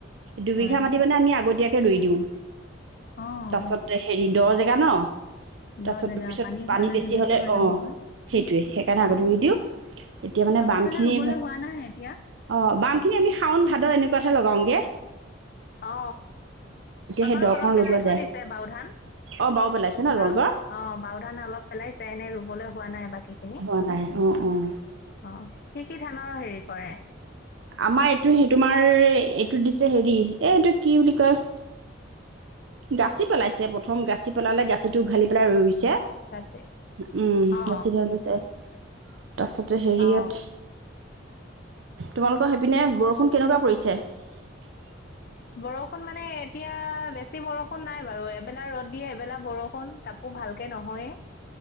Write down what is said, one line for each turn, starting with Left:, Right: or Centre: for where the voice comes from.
Right: দুবিঘা
Left: হয়
Right: মাটি মানে আমি আগতীয়াকে কে ৰুই দিওঁ
Left: অঁ
Right: তাছতে
Left: অঁ
Right: হেৰি দহ জেগ গান
Left: দ
Right: তাৰচত
Left: জেগা
Right: পিচত পানী
Left: হোৱালে
Right: বেছি
Left: ধুনীয়াকে
Right: হলে
Left: হৈ
Right: অ,
Left: যাবগৈ
Right: সেইটোয়ে সেইকাৰণে
Left: হয়
Right: আগত
Left: দিয়ক
Right: নিদিও, এতিয়া মানে
Left: আমাৰ
Right: বাম
Left: ফালে
Right: খিনি,
Left: ৰুবলৈ হোৱা নাই এতিয়া
Right: অ বাম খিনি আমি শাওন ভাদৰ এনেকুৱাতহে লগাওঁগে।
Left: অ আমাৰো
Right: সেই দকণ
Left: অলপ পেলাই
Right: লগোৱা
Left: থৈ
Right: যায়
Left: দিছে বাও ধান।
Right: অঁ বাও পেলাইছে ন তোমালোকৰ
Left: বা অ বাও ধান অলপ পেলাইছে। এনেই ৰুবলৈ হোৱা নাই বাকীখিনি।
Right: হোৱা নাই অঁ অঁ
Left: অ, কি কি ধানৰ হেৰি কৰে?
Right: আমাৰ এইটো সেই তোমাৰ টো দিছে হেৰি, এ এইটো কি বুলি কয় গাচি পেলাইছে প্ৰথম গাচি পেলালে গাচিটো উঘালি পেলাই ৰুইছে,
Left: বাচি
Right: উম
Left: অ
Right: গাছি ধ লৈছে। তাৰপিছত হেৰিয়াত
Left: অ
Right: তোমালোকৰ সেইপিনে বৰষুণ
Left: এতিয়া
Right: কেনেকুৱা পৰিছে? <unintelligible>
Left: বৰষুণ মানে এতিয়া বেছি বৰষুণ নাই বাৰু। এবেলা ৰ'দ দিয়ে এবেলা বৰষুণ। তাকো ভালকে নহয়েই